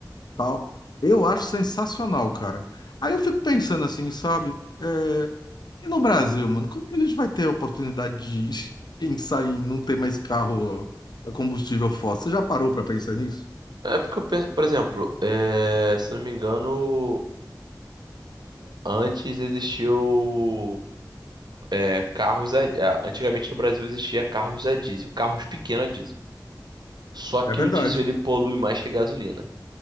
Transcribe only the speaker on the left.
tal. Eu acho sensacional, cara. Aí eu fico pensando assim, sabe? É, e no Brasil, mano, quando que a gente vai ter a oportunidade de <laughs> pensar em não ter mais carro a combustível fóssil? Você já parou para pensar nisso?
É verdade.